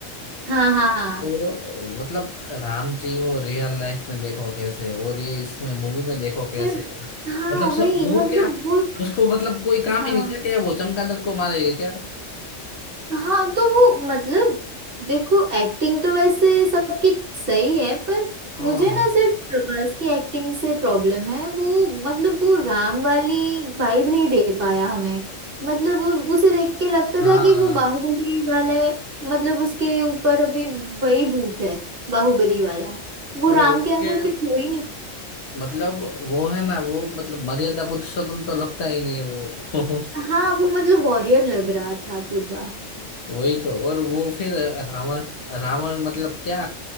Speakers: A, on the right; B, on the left.
A: हाँ हाँ हाँ
B: वो मतलब राम जी वो रियल लाइफ में देखो कैसे है, और ये इसमें मूवी में देखो कैसे
A: मैं-
B: है।
A: हाँ
B: मतलब सर
A: वही
B: वो
A: मतलब
B: क्या
A: वो
B: उसको मतलब कोई काम
A: हाँ
B: ही नहीं था क्या वो चमगादड़ को मारेगा क्या
A: हाँ तो वो मतलब देखो एक्टिंग तो वैसे सबकी सही है पर
B: हाँ
A: मुझे ना सिर्फ प्रभास की एक्टिंग से प्रॉब्लम है वो मतलब वो राम वाली वाइब नहीं दे पाया हमें मतलब उसे देख के लगता
B: हाँ
A: था कि वो बाहुबली वाला है मतलब उसके ऊपर अभी वही भूत है बाहुबली वाला वो
B: और
A: राम
B: उसके
A: के अंदर फिट हो ही नहीं
B: मतलब वो है ना वो मतलब मर्यादा पुरुषोत्तम तो लगता ही नहीं है वो <laughs>
A: हाँ वो मतलब वॉरियर लग रहा था पूरा
B: वही तो और वो फिर रावण रावण मतलब क्या